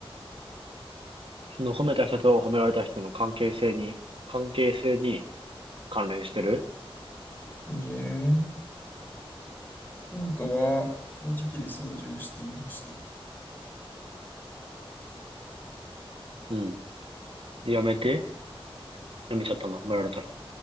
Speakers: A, on the right; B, on the left.
A: その褒めた人と褒められた人の関係性に、関係性に関連してる。
B: いいえ。ヒントは、掃除機で掃除をしていました。
A: うん。で、やめて。やめちゃったの、褒められたら。